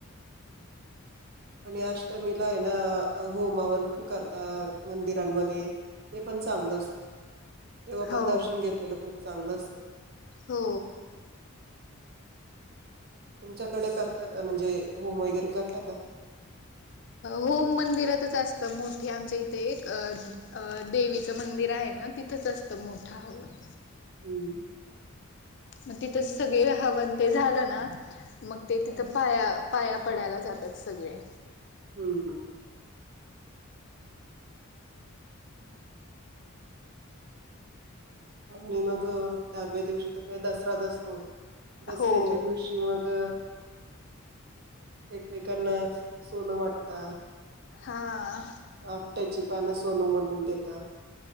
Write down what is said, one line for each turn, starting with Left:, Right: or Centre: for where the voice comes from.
Right: आणि अष्टमीला आहे ना होमावन पण करता मंदिरांमध्ये ते पण चांगलंच तेव्हा
Left: हो
Right: पण दर्शन घेतलेलं खूप चांगलं असत
Left: हो
Right: तुमच्याकडे करता का म्हणजे होम वगैरे करता का
Left: होम मंदिरातच असत मोठी आमच्या इथे एक देवीचं मंदिर आहे ना तिथंच असतं मोठं हवन
Right: हम्म
Left: म तिथं सगळे हवन ते झालं ना मग ते
Right: हा.
Left: तिथं पाया पाया पडायला जातात सगळे.
Right: हम्म हम्म. आणि मग दहाव्या दिवशी तर काय दसराच असतो. दसऱ्याच्या
Left: हो
Right: दिवशी मग अ एकमेकांना सोनं वाटतात.
Left: हां.
Right: आपट्याची पानं सोन म्हणून देतात.